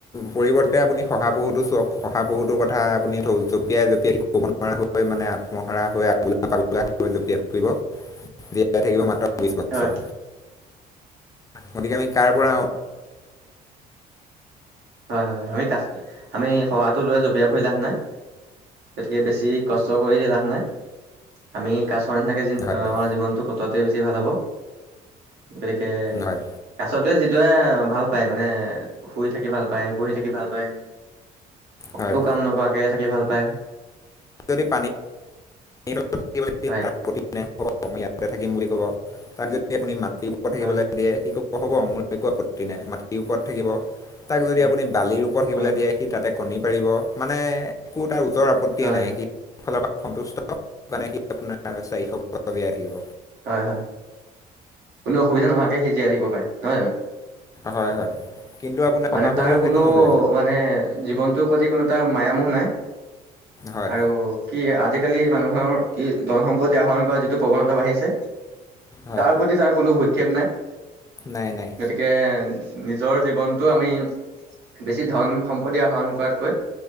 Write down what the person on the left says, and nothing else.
পৰিৱৰ্তে আপুনি শহাপহুটো চাওক শহাপহুটোৰ কথা আপুনি ধ জপিয়াই জপিয়াই ক'ব নোৱাৰা। মানে আত্মহাৰা হৈ আগোলা পাগোলা হৈ জপিয়াই ফুৰিব জীয়াই থাকিব মাত্ৰ বিশ বছৰ
গতিকে আমি কাৰ পৰা অ
হয়
হয়
হয়
যদি পানী ইয়াতে
থাকিম বুলি কব তাক যদি আপুনি ম মাটিৰ ওপৰত থাকিবলৈ
দিয়ে কি ক হব মোৰ একো আপত্তি নাই মাটিৰ ওপৰত থাকিব। তাক যদি
আপুনি বালিৰ ওপৰত নি
পেলাই দিয়ে সি তাতে কণী পাৰিব মানে একো তাৰ। নিজৰ আপত্তিয়ে
নাই সি ফালৰ পৰা সন্তুষ্ট মানে সি আপোনাৰ চাৰিশ বছৰ জীয়াই থাকিব।
হয় হয়। কিন্তু আপোনাৰ
শহাপহু
সেইটো হ'ব
হয়
হয়
নাই নাই